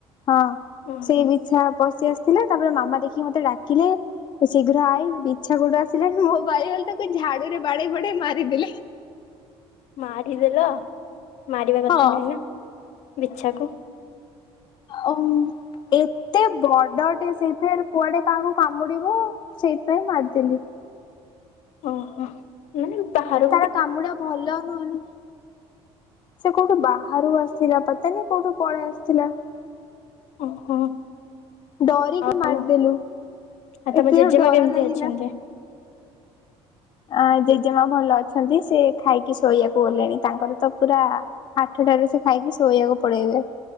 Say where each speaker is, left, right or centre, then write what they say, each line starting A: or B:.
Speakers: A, on the left; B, on the left.
A: ହଁ
B: ଓହୋ
A: ସେଇ ବିଛା ପଶି ଆସି ଥିଲା, ତାପରେ ମାମା ଦେଖିକି ମତେ ଡାକିଲେ ଶୀଘ୍ର ଆଇ ବିଛ ବିଛା କୋଉଠୁ ଆସିଲାଣି ମୋ ଭାଇ ଗଲେ ତାକୁ ଝାଡୁରେ ବାଡେଇ ବାଡେଇ ମାରିଦେଲେ।
B: ମାରିଦେଲ, ମାରିବା କଥା
A: ହଁ।
B: ନୁହେଁ ନା ବିଛାକୁ।
A: ଆଉ ଏତେ ବଡ ଟେ ସେଇ କୁଆଡେ କାହାକୁ କାମୁଡିବ ସେଇଥିପାଇଁ ମାରିଦେଲି।
B: ଓହୋ। ହୁଁ ତାହାର
A: ତାର କାମୁଡା ଭଲ ନୁହଁନ ସେ କୋଉଠୁ ବାହାରୁ ଆସିଲା ପତାନି କୋଉଠୁ ପଳେଇ ଆସି ଥିଲା।
B: ଓହୋ।
A: ଡରିକି
B: ଆଉ
A: ମାରିଦେଲୁ,
B: ଆଉ ତମ
A: ଏତେ
B: ଜେଜେମା
A: ଜୋର୍ ଡର
B: କେମିତି
A: ଲାଗିଲା।
B: ଅଛନ୍ତି?
A: ଆଁ ଜେଜେମା ଭଲ ଅଛନ୍ତି ସେ ଖାଇକି ଶୋଇବାକୁ ଗଲେଣି ତାଙ୍କର ତ ପୁରା ଆଠଟାରେ ସେ ଖାଇକି ଶୋଇଆକୁ ପଳେଇବେ।